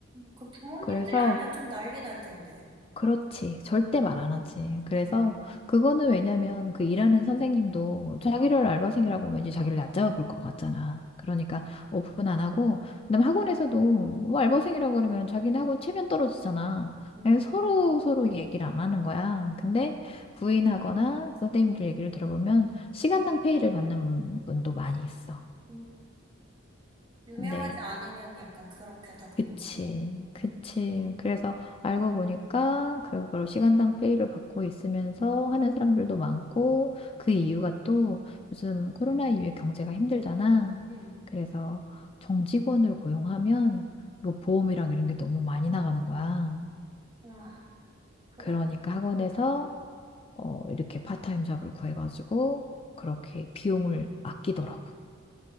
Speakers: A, on the right (about 25°); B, on the left (about 30°).
A: 그 부모님들이
B: 그래서,
A: 알면 좀 난리 날 텐데.
B: 그렇지. 절대 말 안 하지. 그래서,
A: 음.
B: 그거는 왜냐면 그 일하는 선생님도 자기를 알바생이라고 왠지 자기를 얕잡아 볼 것 같잖아. 그러니까
A: 음.
B: 오픈 안 하고, 그다음 학원에서도 뭐 알바생이라고 그러면 자기는 학원 체면 떨어지잖아.
A: 음,
B: 그냥 서로 서로 얘기를 안 하는 거야. 근데 구인하거나 그 선생님들 얘기를 들어보면 시간당 페이를 받는 분도 많이 있어.
A: 음. 유명하지
B: 네,
A: 않으면 약간 그렇게 더 받는구나.
B: 그치, 그치. 그래서 알고 보니까 그걸로 시간당 페이를 받고 있으면서 하는 사람들도 많고 그 이유가 또 요즘 코로나 이후에 경제가 힘들잖아.
A: 음,
B: 그래서 정직원을 고용하면 이거 보험이랑 이런 게 너무 많이 나가는 거야.
A: 아, 그래도,
B: 그러니까 학원에서 어, 이렇게 파타임 잡을 구해가지고 그렇게 비용을 아끼더라고.